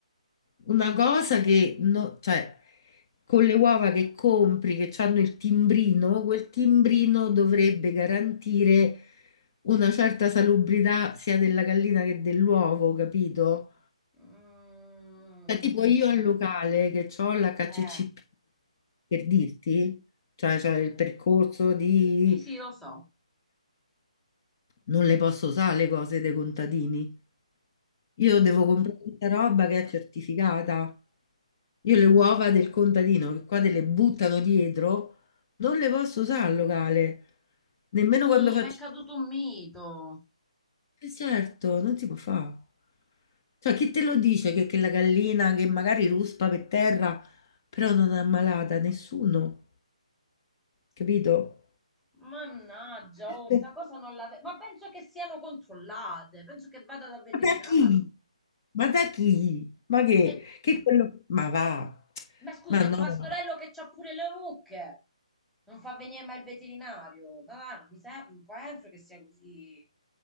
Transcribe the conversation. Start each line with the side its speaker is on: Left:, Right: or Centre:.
Left: una cosa che, no- cioè, con le uova che compri, che hanno il timbrino, quel timbrino dovrebbe garantire una certa salubrità sia della gallina che dell'uovo, capito?
Centre: Mm,
Left: Cioè, tipo io al locale che ho l'HCCP,
Centre: eh,
Left: per dirti, cioè, c'è il percorso di...
Centre: sì, sì, lo so.
Left: Non le posso usare le cose dei contadini. Io
Centre: Ah.
Left: devo comprare tutta roba che è certificata. Io le uova del contadino che qua te le buttano dietro, non le posso usare al locale, nemmeno
Centre: Mi,
Left: quando faccio...
Centre: mi è caduto un mito.
Left: Eh, certo, non si può fare. Cioè, chi te lo dice che, che la gallina che magari ruspa per terra, però non è ammalata? Nessuno, capito?
Centre: Mannaggia, oh, sta
Left: Eh,
Centre: cosa non l'avevo. Ma penso che siano controllate, penso che vada dal veterinario.
Left: Ma da chi? Ma da chi? Ma che?
Centre: Eh,
Left: Che quello... Ma va,
Centre: ma scusa,
Left: ma
Centre: il
Left: no.
Centre: pastorello che c'ha pure le mucche. Non fa venire mai il veterinario. Ma va, mi sa- penso che sia così.